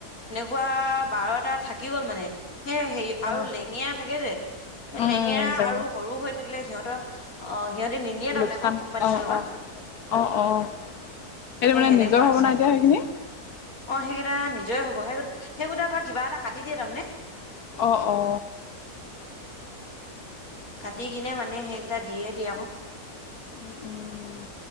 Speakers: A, on the left (about 65°); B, on the left (about 85°).
A: পুৱা বাৰটা থাকি গ'ল মানে সেই হেৰি
B: উম,
A: আৰু লেঙীয়া থাকে যে। সেই
B: উম,
A: লেঙেৰা
B: তাকে
A: আৰু সৰু হৈ থাকিলে সিহঁতৰ অ সিহঁত। নিদিয়ে
B: লোকচান
A: তাৰমানে ক কোম্পানীৰ
B: অ',
A: ফালৰ পৰা।
B: অ', অ', অ', সেইটো
A: সেই
B: মানে
A: সেনেকুৱা
B: নিজৰ হ'ব
A: আছে
B: নাই
A: অ
B: এতিয়া সেইখিনি
A: সেইকেইটা নিজ। জয় হ'ব সেই সেই গিটাৰ পৰা কিবা এটা কাটি দিয়ে তাৰ মানে।
B: অ অ।
A: কাটি কিনে মানে সেইকেইটা দি য়ে দিয়ে আকৌ।
B: উম, উম,